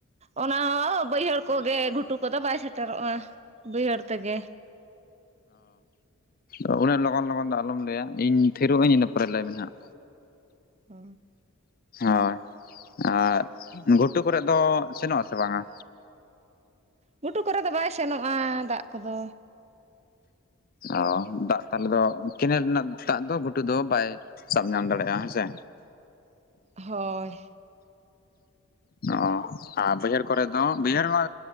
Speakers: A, on the right; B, on the left.
A: ᱚᱱᱟ ᱦᱚᱸ ᱵᱟᱹᱭᱦᱟᱹᱲ ᱠᱚᱜᱮ ᱜᱷᱩᱴᱩ ᱠᱚᱫᱚ ᱵᱟᱭ ᱥᱮᱴᱮᱨᱚᱜᱼᱟ ᱵᱟᱹᱭᱦᱟᱹᱲ ᱛᱮᱜᱮ᱾
B: ᱚ ᱩᱱᱟᱹᱜ ᱞᱚᱜᱚᱱ ᱞᱚᱜᱚᱱ ᱫᱚ ᱟᱞᱚᱢ ᱞᱟᱹᱭᱟ ᱤᱧ ᱛᱷᱤᱨᱚᱜ ᱟᱹᱧ ᱤᱱᱟᱹ ᱯᱚᱨᱮ ᱞᱟᱹᱭ ᱢᱮ ᱦᱟᱸᱜ᱾
A: ᱚ
B: ᱦᱳᱭ ᱟᱨ ᱜᱷᱩᱴᱩ ᱠᱚ ᱨᱮ ᱫᱚ ᱥᱮᱱᱚᱜᱼᱟ ᱥᱮ ᱵᱟᱝᱟ?
A: ᱜᱷᱩᱴᱩ ᱠᱚᱨᱮ ᱫᱚ ᱵᱟᱭ ᱥᱮᱱᱚᱜᱼᱟ ᱫᱟᱜ ᱠᱚᱫᱚ᱾
B: ᱚ ᱫᱟᱜ ᱛᱟᱦᱚᱞᱮ ᱫᱚ ᱠᱮᱱᱮᱞ ᱨᱮᱱᱟᱜ ᱫᱟᱜ ᱫᱚ ᱜᱷᱩᱴᱩ ᱫᱚ ᱵᱟᱭ ᱥᱟᱵ ᱧᱟᱢ ᱫᱟᱲᱮᱭᱟᱜᱼᱟ ᱦᱮᱸᱥᱮ
A: ᱦᱳᱭ
B: ᱚ ᱟᱨ ᱵᱟᱹᱭᱦᱟᱹᱲ ᱠᱚᱨᱮ ᱫᱚ ᱵᱟᱹᱭᱦᱟᱹᱲ ᱢᱟ